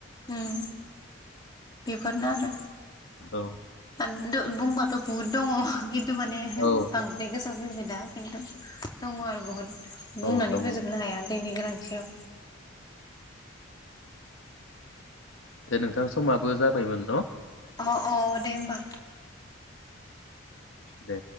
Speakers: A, on the left; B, on the left.
A: उम बेफोरनो आरो
B: औ
A: आ द बुंबाथ बहुत दङ' गि थु माने बांद्राय
B: औ
A: <unintelligible> दङ' आरो बुहुत बुंनानै
B: औ दङ
A: फोजोबनो हाया दैनि गोनांथियाव
B: दे नोंथां समाबो जाबायमोन न'
A: अ अ दे होमबा
B: दे